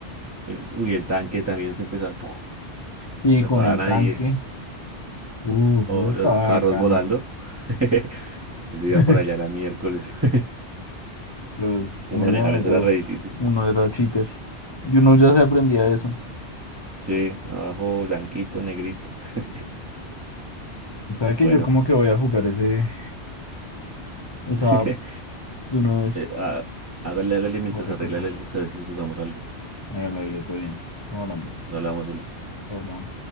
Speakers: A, on the right; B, on the left.
A: El, uy, el tanque también se empezó a... <laughs>
B: Sí,
A: No
B: con
A: le paraba
B: el
A: a
B: tanque.
A: nadie.
B: Uh,
A: O
B: eso estaba
A: los carros
B: bacano.
A: volando. <laughs> Si se iba
B: <laughs>
A: por allá la miércoles. <laughs>
B: Los,
A: Manejar
B: en ese momento
A: eso era re difícil.
B: uno era cheater y uno ya se aprendía eso.
A: Sí, abajo blanquito, negrito. <laughs>
B: ¿Sabe que
A: Bueno,
B: yo como que voy a jugar ese, esa
A: <laughs> eh,
B: app de una vez?
A: ah, hágale, hágale mientras
B: Por
A: arregla
B: recordar.
A: el Xbox a ver si jugamos algo.
B: Hágale, todo bien. Estamos hablando.
A: Nos hablamos, Uli.
B: Chao, chao.